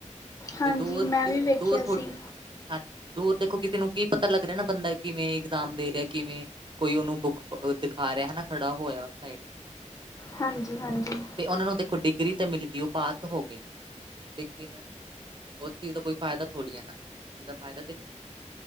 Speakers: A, on the left (about 25°); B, on the right (about 40°).
A: ਹਾਂਜੀ
B: ਤੇ ਦੂਰ
A: ਮੈਂ
B: ਕਿ
A: ਵੀ ਵੇਖਿਆ
B: ਦੂਰ ਹਾਂਜੀ
A: ਸੀ
B: ਦੂਰ ਦੇਖੋ ਕਿਸੇ ਨੂੰ ਕੀ ਪਤਾ ਲੱਗ ਰਿਹਾ ਨਾ ਬੰਦਾ ਕਿਵੇਂ ਇਗਜ਼ਾਮ ਦੇ ਰਿਹਾ ਕਿਵੇਂ। ਕੋਈ ਉਹਨੂੰ ਬੁੱਕ ਦਿਖਾ ਰਿਹਾ ਹੈ ਨਾ ਖੜਾ ਹੋਇਆ ਸਾਈਡ।
A: ਹਾਂਜੀ- ਹਾਂਜੀ।
B: ਤੇ ਉਹਨਾਂ ਨੂੰ ਦੇਖੋ ਡਿਗਰੀ ਤਾਂ ਮਿਲ ਗਈ ਉਹ ਪਾਸ ਤੇ ਹੋ ਗਏ, ਲੇਕਿਨ ਉਹ ਚੀਜ਼ ਦਾ ਕੋਈ ਫਾਇਦਾ ਥੋੜੀ ਹੈ ਨਾ ਜਿਦਾਂ ਫਾਇਦਾ ਤੇ ਹੈ।